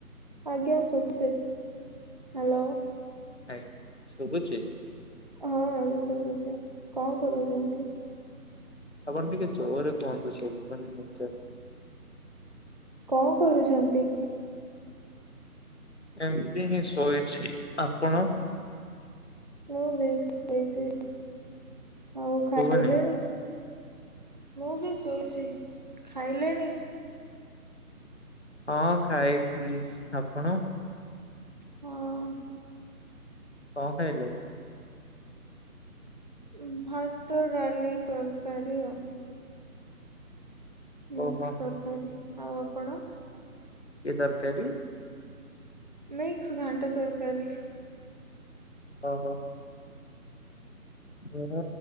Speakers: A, on the right; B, on the left.
A: ଆଜ୍ଞା ଶୁଭୁଛି। ହ୍ୟାଲୋ।
B: ଆ ଶୁଭୁଚି
A: ହଁ ଆଉ ରୋଷେଇ ଫୋସେଇ କଣ କରିବୁ ସେମିତି ଆଉ।
B: ଆପଣ ଟିକେ ଜୋରେ କୁହନ୍ତୁ ଶୁଭୁନି ମତେ।
A: କଣ କରୁଚନ୍ତି।
B: ଏମତି ହିଁ ଶୋଇଚି ଆପଣ।
A: ମୁଁ ବି ଶୋଇଚି ଆଉ ଖାଇଲେଣି।
B: ଶୁଭୁନି
A: ମୁଁ ବି ଶୋଇଚି ଖାଇଲେଣି।
B: ହଁ ଖାଇଥିଲି ଆପଣ।
A: ହଁ।
B: କଣ ଖାଇଲେ।
A: ଉ ଭାତ ଡାଲି ତରକାରୀ ଆଉ। ମିକ୍ସ
B: ଓହୋ
A: ତରକାରୀ ଆଉ ଆପଣ।
B: ଏ ତରକାରୀ
A: ମିକ୍ସ ଘାଣ୍ଟ ତରକାରୀ।
B: ଓହୋ। ମୁଁ